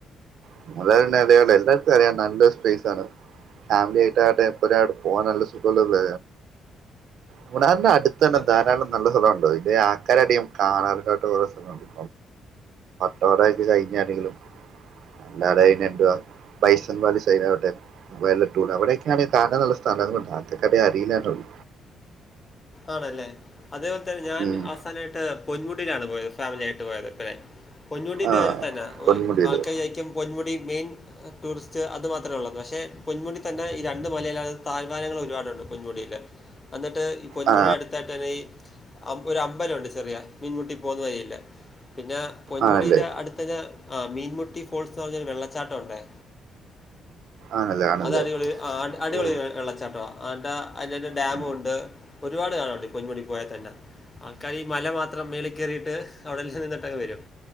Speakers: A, on the right (about 70°); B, on the left (about 30°).
A: <unintelligible> നല്ലൊരു പ്ലേസ് ആണ് ഫാമിലി ആയിട്ട് ആട്ടെഎപ്പോഴായാലും പോവാൻ നല്ല സുഖമുള്ള ഇവിടെ അടുത്തന്നെ
B: അതെ
A: ദാരാളം
B: അതെ
A: നല്ല സ്ഥലം ഉണ്ട് ആൾകാർ അധികം കാണാറില്ലാത്ത സ്ഥലം ഉണ്ട് <unintelligible> കഴിഞ്ഞ ആരെങ്കിലും എല്ലാതെ അവിടെ എന്തുവാ ബായ്സൺ വാലി <unintelligible> അവിടെ ഒക്കെ കാണാൻ നല്ല സ്ഥലം ഉണ്ട് ആൾകാർക്ക് അധികം അറിയില്ലന്നേയുള്ളു
B: ആണല്ലേ.. അതേപോൽ തന്നെ ഞാൻ
A: ഉം.
B: അവസാനായിട്ട് പൊന്മുടിയിലാണ് പോയത്, ഫാമിലി ആയിട്ട് പോയത്. <unintelligible> പൊന്മുടിഇതുപോലെ
A: ആ
B: തന്നെയാ
A: പൊന്മുടിയില്
B: ആൾക്കാർ വിചാരിക്കും പൊന്മുടിമെയിൻ ടൂറിസ്റ്റ് അതു മാത്രേ ഉള്ളെന്നു. പക്ഷെ പൊന്മുടി തന്നെ ഈ രണ്ട് മലയിൽ താഴ്‌വാരങ്ങൾ ഒരുപാടുണ്ട് പൊന്മുടിയില് എന്നിട്ട് പൊന്മുഡിയുടെ
A: ആ
B: അടുത്തായിട്ട് ഈ ഒരു അമ്പലം ഉണ്ട് ചെറിയ മീൻമുട്ടി പോന്ന വഴിയിൽ പിന്നെ പൊന്മുടിയുടെ
A: ആണല്ലേ
B: അടുത്ത് മീൻമുട്ടി ഫാള്സ് എന്ന് പറഞ്ഞഒരു വെള്ളച്ചാട്ടം ഉണ്ടേ
A: ആണല്ലേ ആണല്ലേ
B: അത് അടിപൊളി ആ അടിപൊളിഒരു
A: ഓ
B: വെള്ളച്ചാട്ടമാണ് അതിനടുത് ഡാമും
A: ആ.
B: ഉണ്ട്. ഒരുപാട് കാണാനുണ്ട്. പൊന്മുടി പോയാൽ തന്നെ ആൾക്കാര് ഈ മല മാത്രം മേളികേറീട്ടു അവിടെനിന്നിട്ടങ്ങ് വരും